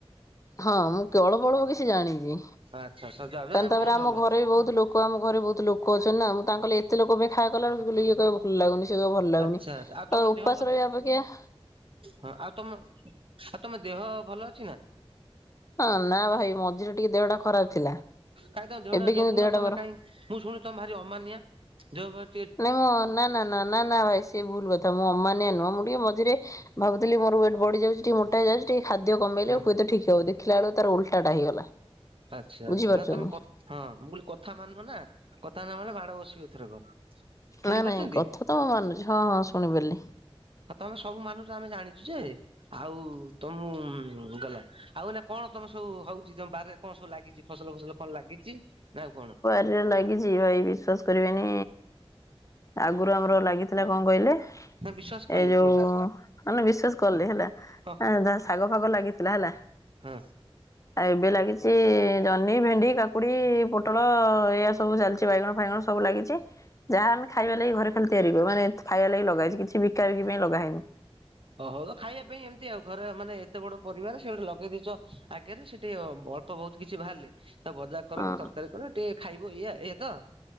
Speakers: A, on the left (about 30°); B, on the right (about 60°).
A: ହଁ ମୁଁ କେବକ ଫବଳ ମୁଁ କିଛି ଜାଣିଛି
B: ଆଚ୍ଛା ସଜା
A: କାନ୍ତ
B: ବହୁତ
A: ପୁରା
B: ଭଲ
A: ଆମ ଘରେ ବି ବହୁତ ଲୋକ ଲୋକ ଆମ ଘରେ ବହୁତ ଲୋକ ଅଛନ୍ତି ନା ମୁଁ ତାଙ୍କ ଲେ ଏତେ ଲୋକ ପାଇଁ ଖାଇବା କଲା ବେଳକୁ ଇଏ କହିବ ଭଲ ଲାଗୁନି ସେ କହିବ ଭଲ ଲାଗୁନି
B: ଆଚ୍ଛା ଆଚ୍ଛା ଆଉ ତମ
A: ଉପାସ
B: ଦେହ
A: ରହିବା ଅପେକ୍ଷା
B: ହଁ ଆଉ ତମ ଆଉ ତମ ଦେହ ଭଲ ଅଛି ନା?
A: ହଁ ନା ଭାଇ ମଝିରେ ଟିକେ ଦେହଟା ଖରାପ ଥିଲା।
B: କାହିଁ ତମ ଦେହଟା
A: ଏବେ କିନ୍ତୁ
B: ଜଗୁନ
A: ଦେହଟା
B: ତମେ
A: ମୋର
B: କାଇଁ ମୁଁ ଶୁଣୁଛି ତମେ ଭାର ଅମାନିଆ ଦେହ ପ
A: ନାଇଁ ମୁଁ ନା ନା ନା ନା ନା ଭାଇ ସିଏ ଭୁଲ କଥା ମୁଁ ଅମାନିଆ ନୁହଁ ମୁଁ ଟିକେ ମଝିରେ ଭାବୁଥିଲ ମୋର ୱେଟ ବଢ଼ିଯାଉଛି ଟିକେ ମୋଟା ହେଇଯାଉଛି ଟିକେ ଖାଦ୍ୟ କମେଇଲେ
B: ହଁ
A: ହୁଏତ ଠିକ ହେବ ବୋଧେ ଦେଖିଲା ବେଳକୁ ତାର ଉଲଟାଟା ହେଇଗଲା।
B: ଆଚ୍ଛା,
A: ବୁଝିପାରୁଛନ୍ତି
B: ଆଚ୍ଛା ନା ତମେ କ ହଁ ମୁଁ କହିଲି କଥା ମାନୁନ ନା କଥା ନ ମାନିଲେ ମାଡ଼ ବସିବି ଏଥରକ। ଶୁଣିପାରୁଛନ୍ତି
A: ନାଇଁ ନାଇଁ କଥା ତ ମୁଁ ମାନୁଛି ହଁ ହଁ ଶୁଣିି ପାରିଲି।
B: ତମେ ସବୁ ମାନୁଚ ଆମେ ଜାଣିଛୁ ଯେ ଆଉ ତମ ଉଁ ଗଲା ଆଉ ଏଇନା କଣ ତମ ସବୁ ହଉଛି ତମ ବାରିରେ? କଣ ସବୁ ଲାଗିଛି ଫସଲ ଫସଲ କଣ ଲାଗିଛି ନା ଆଉ କଣ?
A: ରେ ଲାଗିଛି ଭାଇ ବିଶ୍ଵାସ କରିବେନି। ଆଗରୁ ଆମର ଲାଗିଥିଲା କଣ କହିଲେ
B: ନା ବିଶ୍ଵାସ କଲି
A: ଏ ଯୋଉ
B: କୁହନ୍ତୁ
A: ମାନେ ବିଶ୍ୱାସ କଲି ହେଲା
B: ହଁ ହଁ
A: ଶାଗ ଫାଗ ଲାଗିଥିଲା ହେଲା।
B: ହଁ
A: ଆଉ ଏବେ ଲାଗିଛି ଜହ୍ନି ଭେଣ୍ଡି କାକୁଡି। ପୋଟଳ ଏଇୟଆ ସବୁ ଚାଲିଛି ବାଇଗଣ ଫାଇଗଣ ସବୁ ଲାଗିଛି। ଯାହା ଆମେ ଖାଇବା ଲାଗି ଘରେ ଖାଲି ତିଆରି କରୁ ମାନେ ଖାଇବା ଲାଗି ଲଗାହେଇଛି ବିକା ବିକି ପାଇଁ ଲଗାହେଇନି।
B: ଓହ ହୋଉ ଖାଇବା ପାଇଁ ଏମିତି ଆଉ। ଘରେ ମାନେ ଏତେ ବଡ ପରିବାର ସେ ଗୋଟେ ଲଗେଇ ଦେଇଛ ଆଗରେ ସେଠି ଅଳ୍ପ ବହୁତ କିଛି ବାହାରିଲେ। ତା ଭଜା କର
A: ହଁ
B: କି ତରକାରୀ କର ଟିକେ ଖାଇବ ଏଇଆ ଏଇଆ ତ।